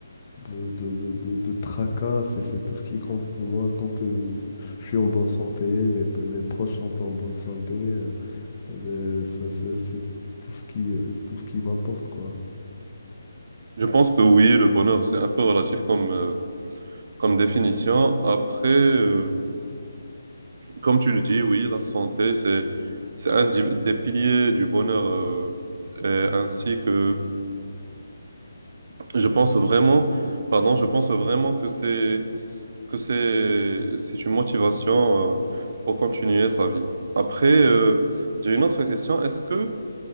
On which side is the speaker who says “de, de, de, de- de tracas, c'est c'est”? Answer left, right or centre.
Left